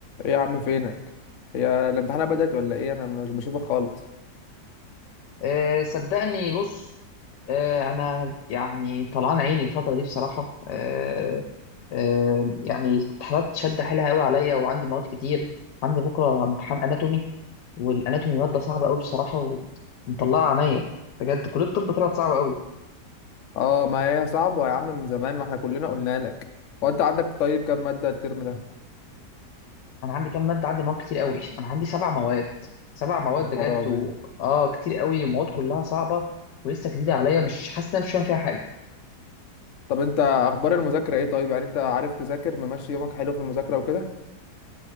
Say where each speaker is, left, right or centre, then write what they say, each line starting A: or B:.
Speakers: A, on the left (about 60°); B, on the left (about 85°).
A: ايه يا عم فينك هي الامتحانات بدأت ولا ايه انا مش بشوفك خالص
B: أه صدقني بص أه انا يعني طلعان عيني الفتره دي بصراحه أه أه يعني امتحانات شد حيلها قوي عليا وعندي مواد كتير عندي بكره امتحان اناتومي والاناتومي ماده صعبه قوي بصراحه ومطلعه عينيا بجد كليه الطب طلعت صعبه قوي
A: اه ما هي صعبة يا عم من زمان ما احنا كلنا قلنا لك هو انت عندك طيب كام مادة الترم ده
B: انا عندي كام ماده عندي مواد كتير قوي انا عندي سبع مواد سبع مواد
A: يا خرابي
B: بجد و... اه كتير قوي ومواد كلها صعبه ولسه جديده عليا مش حاسس ان انا مش فاهم فيها حاجه
A: طب انت اخبار المذاكرة ايه طيب يعني انت عارف تذاكر ممشي يومك حلو في المذاكرة وكده